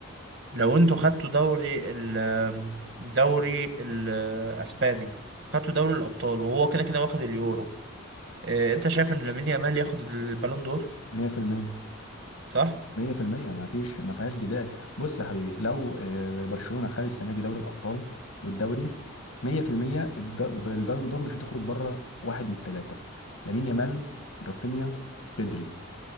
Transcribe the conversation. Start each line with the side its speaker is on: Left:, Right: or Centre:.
Right: لو انتوا خدتوا دوري ال دوري الاسباني خدتوا دوري الابطال وهو كده كده واخد اليورو آه، انت شايف ان لامين يامال ياخد البالون دور
Left: 100%
Right: صح؟
Left: 100% ما فيش ما فيهاش جدال بص يا حبيبي لو آه، برشلونة خد السنة دي دوري الأبطال والدوري 100% الد- البالون دور مش هتخرج بره واحد من الثلاثة لامين يامال رافينيا بيدري